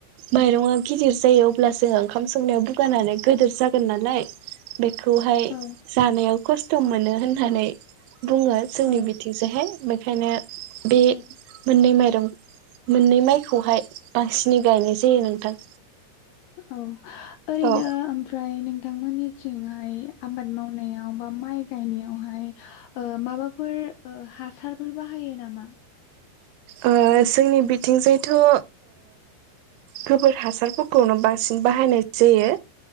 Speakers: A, on the right; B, on the left.
A: माइरंङा गिदिर जायो अब्ला जोङो ओंखाम संनायाव बुगानानै गिदिर जागोन नालाय। बेखौहाय
B: औ
A: जानायाव खस्थ' मोनो होननानै बुङो जोंनि
B: औ
A: बिथिंजोंहाय मै ओंखायनो बे
B: औ
A: मोननै माइ <unintelligible> मोननै माइखौहाय बांसिनै गायनाय जायो नोंथां।
B: औ। ओरैनो
A: औ
B: ओमफ्राय नों नोथां मोननिथिंहाय आबाद मावनायाव बा माइ गायनायावहाय ओ माबाफोर ओ हासारफोर बाहायो नामा?
A: ओ जोंनि बिथिंजायथ' ओ गोबोर हासारखौ खौनो बांसिन बाहायनाय जायो